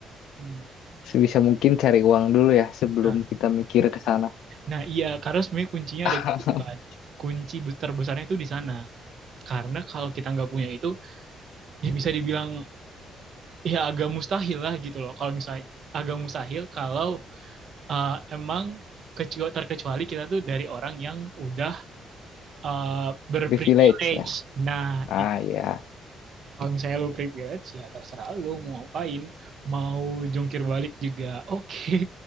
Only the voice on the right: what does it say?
Hmm.
nah
Nah, iya, karena sebenarnya kuncinya
ada di situ kan. Kunci be- terbesarnya itu di sana. Karena kalau kita nggak punya itu, ya bisa dibilang ya agak mustahil lah gitu loh. Kalau misalnya agak mustahil kalau uh, emang kecu- terkecuali kita tuh dari orang yang udah uh, berprivilege.
Nah,
itu.
Kalau misalnya lu privilege, ya terserah lu mau ngapain. Mau jungkir balik juga oke. <laughs> Okay.